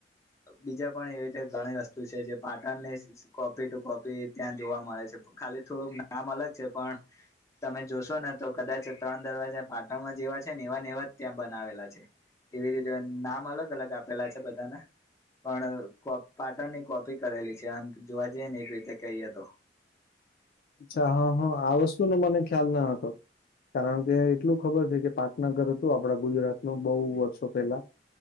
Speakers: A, on the left; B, on the left.
A: બીજા પણ એવી રીતે ઘણી વસ્તુ છે જે પાટણની. કોપી ટુ કોપી ત્યાં જોવા મળે છે ખાલી થોડુંક નામ અલગ છે પણ. તમે જોશો ને તો કદાચ ત્રણ દરવાજા પાટણમાં જેવા છે ને એવાને એવા જ ત્યાં બનાવેલા છે. એવી રીતે નામ અલગ અલગ આપેલા છે બધાને. પણ પાટન ની કોપી કરેલી છે અનેમ જોવા જઈએ ને એક રીતે કહીએ તો.
B: અચ્છા હા હા આ વસ્તુનો મને ખ્યાલ ના હતો. કારણ કે એટલું ખબર છે કે પાટનગર હતું આપડા ગુજરાત ન બહુ વર્ષો પહેલા.